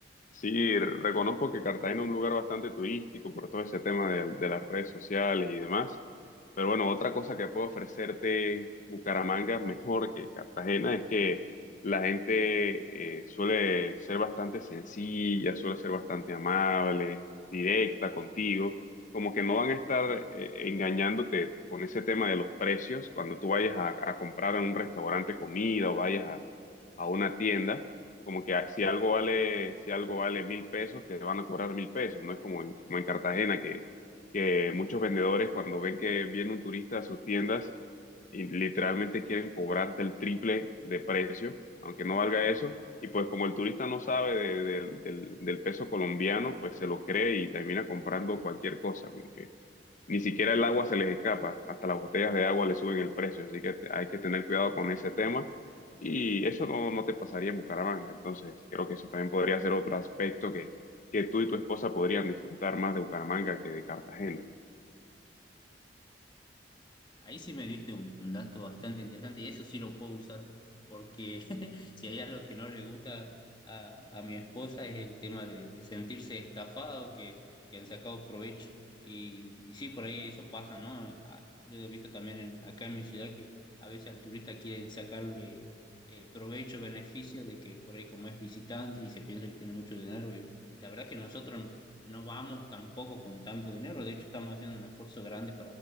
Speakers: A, on the left; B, on the left.
A: Sí, reconozco que Cartagena es un lugar bastante turístico por todo ese tema del- de, las redes sociales y demás. Pero bueno, otra cosa que puedo ofrecerte Bucaramanga mejor que Cartagena es que la gente eh, suele ser bastante sencilla, suele ser bastante amable, directa contigo. Como que no van a estar eh, engañándote con ese tema de los precios cuando tú vayas a, a comprar en un restaurante comida o vayas a a una tienda como que si algo vale, si algo vale mil pesos, te van a cobrar mil pesos, no es como en, como en Cartagena que, que muchos vendedores cuando ven que viene un turista a sus tiendas y literalmente quieren cobrarte el triple de precio, aunque no valga eso, y pues como el turista no sabe de- de- del, del peso colombiano, pues se lo cree y termina comprando cualquier cosa, como que ni siquiera el agua se les escapa, hasta las botellas de agua le suben el precio, así que te- hay que tener cuidado con ese tema. Y eso no, no te pasaría en Bucaramanga, entonces creo que eso también podría ser otro aspecto que, que tú y tu esposa podrían disfrutar más de Bucaramanga que de Cartagena.
B: Ahí sí me diste un, un dato bastante interesante y eso sí lo puedo usar porque <laughs> si hay algo que no le gusta a, a mi esposa es el tema de, de sentirse estafado, que, que han sacado provecho. Y, sí, por ahí eso pasa, ¿no? A- Yo he visto también en- acá en mi ciudad que a veces al turista quieren sacarle eh, provecho, beneficio de que por ahí como es visitante y se piensa que tiene mucho dinero. Y la verdad que nosotros no vamos tampoco con tanto dinero, de hecho estamos haciendo un esfuerzo grande